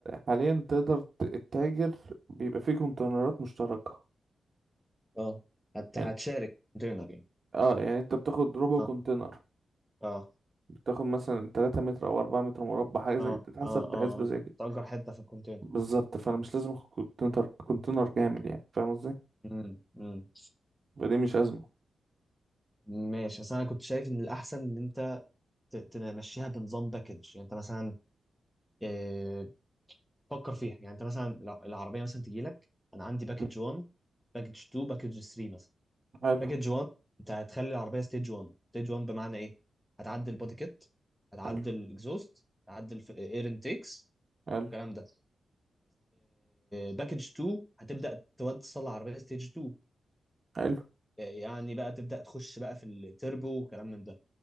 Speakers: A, on the right (about 40°); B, in the centre.
A: حاليا تقدر ت- تتاجر بيبقى فيه كونتينرات مشتركة
B: اه هت...
A: يعني
B: هتشارك كونتينر يعني
A: اه يعني انت بتاخد ربع كونتينر
B: اه اه
A: بتاخد مثلا 3 متر او 4 متر مربع حاجة زي
B: اه
A: كده بتتحسب
B: اه
A: بحسبة
B: اه
A: زي كده
B: تأجر حته في الكونتينر
A: بالظبط فانا مش لازم اخد كونتينر كونتينر كامل يعني فاهم قصدي
B: امم امم
A: فدي مش أزمة
B: ماشي بس انا كنت شايف ان الاحسن ان انت ت- تمشيها بنظام باكج يعني انت مثلا آه، فكر فيها يعني انت مثلا لو العربيه مثلا تجي لك انا عندي باكج
A: مم.
B: 1 باكج 2 باكج 3 مثلا
A: حلو
B: باكج 1 انت هتخلي العربيه ستيج 1 ستيج 1 بمعنى ايه هتعدل البودي كيت هتعدل
A: حلو
B: الاكزوست هتعدل اير انتيكس
A: حلو
B: الكلام ده باكج 2 هتبدا توصل العربيه ستيج 2
A: حلو
B: آه، يعني بقى تبدا تخش بقى في التربو وكلام من ده